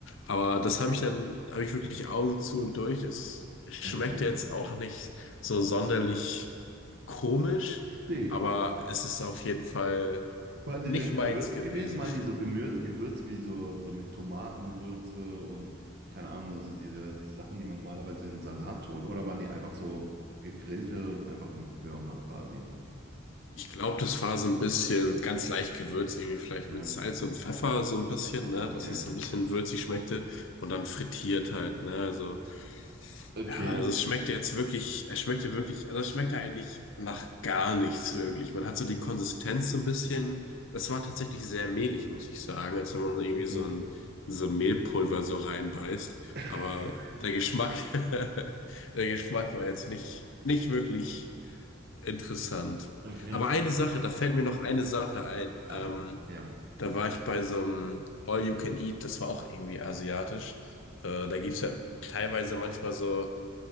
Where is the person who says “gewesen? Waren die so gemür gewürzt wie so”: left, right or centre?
Right